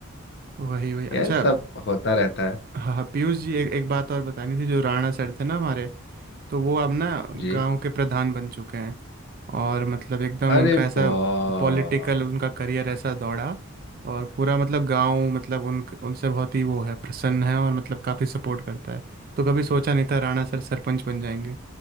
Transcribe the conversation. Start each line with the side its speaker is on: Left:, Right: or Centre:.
Right: वही वही
Left: यह
Right: अच्छा
Left: सब होता रहता है
Right: हाँ हाँ, पीयूष जी एक एक बात और बतानी थी जो राणा सर थे ना हमारे तो वो अब ना
Left: जी
Right: गांव के प्रधान बन चुके हैं और मतलब एकदम
Left: अरे
Right: उनका
Left: वाह
Right: ऐसा पॉलिटिकल उनका करियर ऐसा दौड़ा और पूरा मतलब गांव मतलब उन उनसे बहुत ही वो है प्रसन्न है और मतलब काफी सपोर्ट करता है तो कभी सोचा नहीं था राणा सर सरपंच बन जाएंगे